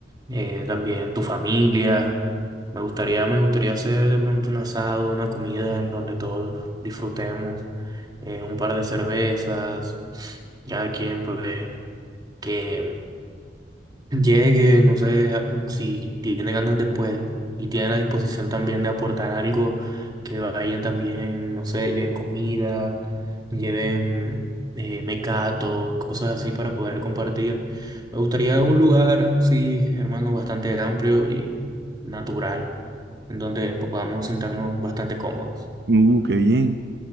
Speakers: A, on the right; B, on the right.
A: eh, también tu familia. Me gustaría, me gustaría hacer de pronto un asado, una comida en donde todos disfrutemos, eh, un par de cervezas, cada quien pues que llegue, no sé, a- si tiene ganas después y tiene la disposición también de aportar algo, que vayan también, no sé, lleven comida, lleven eh, mecato, cosas así para poder compartir. Me gustaría un lugar, sí, hermano, bastante amplio y natural, en donde podamos sentarnos bastante cómodos.
B: Uh, qué bien.